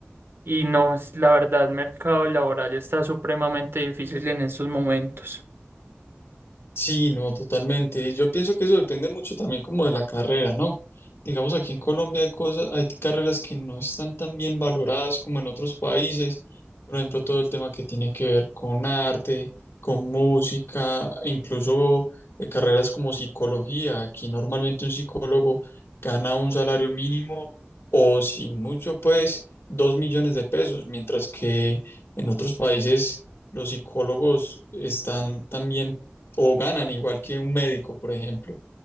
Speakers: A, on the right (about 65°); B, on the left (about 85°).
A: Y no, es- la verdad, el mercado laboral está supremamente difícil en estos momentos.
B: Sí, no, totalmente. Y yo pienso que eso depende mucho también como de la carrera, ¿no? Digamos, aquí en Colombia hay cosas, hay carreras que no están tan bien valoradas como en otros países. Por ejemplo, todo el tema que tiene que ver con arte, con música, incluso eh, carreras como psicología. Aquí normalmente un psicólogo gana un salario mínimo o sin mucho, pues, dos millones de pesos, mientras que en otros países los psicólogos están también o ganan igual que un médico, por ejemplo.